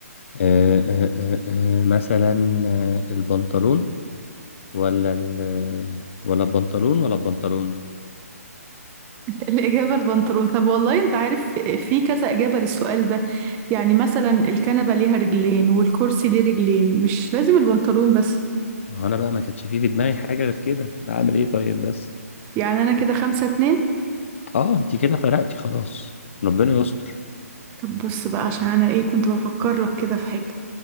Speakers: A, on the left (about 50°); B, on the right (about 20°).
A: أه أه أه أه مثلا آه، البنطلون ولا ال آه، ولا البنطلون ولا البنطلون
B: الإجابة البنطلون طب والله أنت عارف في كذا إجابة للسؤال ده يعني مثلا الكنبة ليها رجلين والكرسي ليه رجلين مش لازم البنطلون بس
A: ما هو انا بقى ما كانتش فيه في دماغي حاجه غير كده اعمل ايه طيب بس
B: يعني أنا كده خمسة اتنين
A: اه انت كده فرقتي خلاص ربنا يستر
B: طب بص بقى عشان أنا إيه كنت بفكر لك كده في حاجة